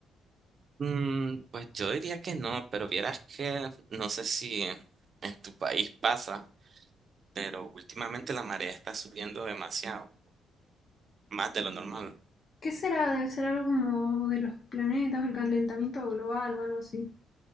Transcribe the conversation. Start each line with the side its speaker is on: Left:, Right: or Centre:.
Right: Mm, pues yo diría que no, pero vieras que no sé si en, en tu país pasa, pero últimamente la marea está subiendo demasiado, más de lo normal.
Left: ¿Qué será? Debe ser algo como de los planetas, el calentamiento global o algo así.